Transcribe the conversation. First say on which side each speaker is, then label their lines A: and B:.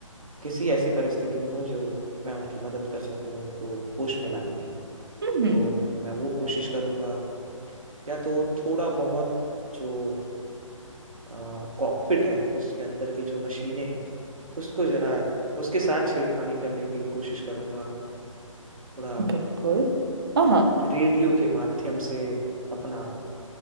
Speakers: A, on the right; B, on the right.
A: किसी ऐसी परिस्थिति में हो जो मैं उनकी मदद कर सकूं उनको होश में लाने की
B: हम्म
A: तो मैं वो कोशिश करूंगा या तो थोड़ा बहुत जो कॉकपिट है उसके अंदर की जो मशीनें हैं उसको जरा उसके साथ छेड़खानी करने की कोशिश करूंगा थोड़ा
B: बिल्कुल हाँ हाँ
A: रेडियो के माध्यम से अपना